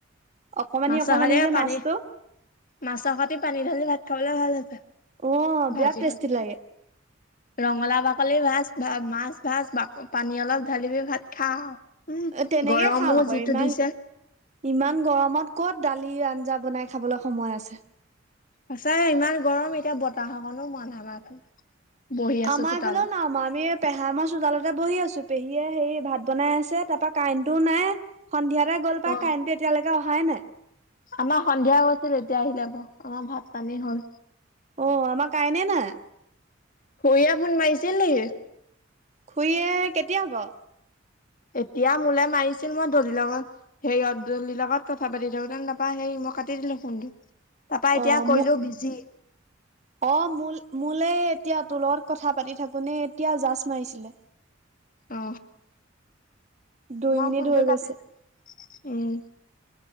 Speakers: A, on the right (about 35°); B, on the left (about 45°).
A: অকমানি
B: মাছৰ
A: অকমানি
B: হতে
A: যে
B: পানী
A: মাছটো
B: মাছৰ হতি পানী ঢালি ভাত খাবলৈ ভাল হৈছে
A: অ
B: ভাজি
A: বিয়া টেষ্টি
B: সতি
A: লাগে
B: ৰঙালাও বাকলি ভাজ ভাত মাছ ভাজ পানী অলপ ঢালিবি ভাত খা আও উম
A: এ তেনেকে
B: গৰমো
A: খাওঁ আক
B: যিটো
A: ইমান
B: দিছে
A: ইমান গৰমত ক'ত দালি আঞ্জা বনাই খাবলৈ সময় আছে
B: সঁচাই ইমান গৰম এতিয়া বতাহকনো মৰা নাই বহি আছো
A: আমাৰ
B: চোতালত
A: এইফালেও নাই মৰা আমি পেহা মই চোতালতে বহি আছো চু পেহীয়ে হে ভাত বনাই আছে তাৰ পা কাৰেণ্টোও নাই সন্ধিয়াতে গ'ল পাই
B: অ
A: কাৰেণ্টটো এতিয়ালকে অহাই নাই
B: আমাৰ সন্ধিয়া গৈছিল এতিয়া আহিলে বা অ ভাত পানী হ'ল
A: অ আমাৰ কাইনে নাই
B: খুৰীয়ে ফোন মাৰিছিল নেকি
A: খুৰিয়ে কেতিয়া বাও
B: এতিয়া মোলে মাৰিছিল মই দলিৰ লগত সেইয়ত দলিৰ লগত কথা পাতি থাকোতে নাপা সেই মই কাটি দিলো ফোনটো তাৰপা এতিয়া
A: অ
B: কৰিলো
A: মোক
B: বিজি
A: অ মো মোলে এতিয়া তো লগত কথা পাতি থাকোতে এতিয়া জাষ্ট মাৰিছিলে
B: অ
A: দুই
B: মই
A: মিনিট
B: ফোনটো
A: হৈ
B: কাটি
A: গৈছে।
B: দিলো উম